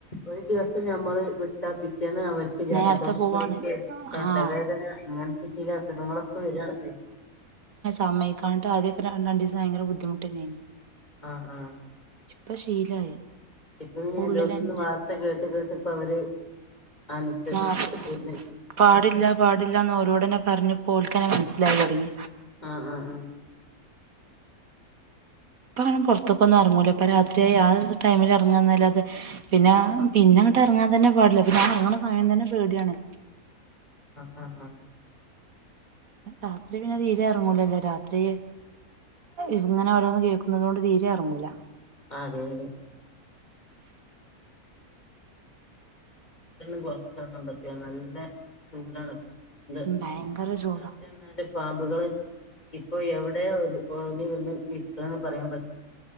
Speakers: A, on the left; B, on the right.
A: ഒരു ദിവസം ഞമ്മള് വിട്ടാപെറ്റെന്ന് അവർക്ക് ജലദോഷം
B: നേരത്തെ പോവാണ്
A: കുളിക്ക
B: ആഹ്
A: തലവേദന ഇങ്ങനത്തെ ചില അസുഖങ്ങളൊക്കെ വരണത്
B: സമ്മയിക്കാട്ട് അതൊക്കെ രണ്ടിസ ഭയങ്കര ബുദ്ധിമുട്ടിനി
A: ആഹ് ആഹ്
B: ഇപ്പൊ ശീലായി
A: <unintelligible>
B: ഉള്ളിലന്നെ
A: എല്ലോട്ത്ത്ന്നും വാർത്ത കേട്ട് കേട് <unintelligible> അവര് അനുസരിച്ച്
B: ആഹ്
A: പോര്ന്
B: പാടില്ല പാടില്ലാന്ന് ഓരോടന്നെ പ പറഞ്ഞപ്പോ ഓൽക്കെന്നെ മനസിലായി തൊടങ്ങി
A: ആഹ് ആഹ് ആഹ്
B: ഇപ്പങ്ങനെ പോർത്തെക്കൊന്നും ഇറങ്ങൂലേ ഇപ്പ രാത്രിയായ ആ ടൈമിൽ ഇറങ്ങാന്നാല്ലാതെ പിന്ന പിന്നങ്ങട്ട് എറങ്ങാൻ തന്നെ പാടില്ല പിന്നെ എറങ്ങണ സമയം തന്നെ പേടിയാണ്
A: ആഹ് ആഹ് ആഹ്
B: രാത്രി പിന്നെ തീരെ ഇറങ്ങൂലല്ലേ രാത്രി ഇങ്ങനെ ഓരോന്നും കേൾക്കുന്നതോണ്ട് തീരെ ഇറങ്ങൂല
A: ആഹ് അതെ അതെ <unintelligible> പൊറത്തിറങ്ങാൻ പറ്റൂല്ല നല്ല ചൂടാണ് <unintelligible>
B: ഉം ഭയങ്കര ചൂടാ
A: രാത്രിയാന്നേലും പാമ്പുകള് ഇപ്പൊ എവിടെ ഒരു <unintelligible> നിൽക്കണ്ന്ന് പറയാൻ പറ്റി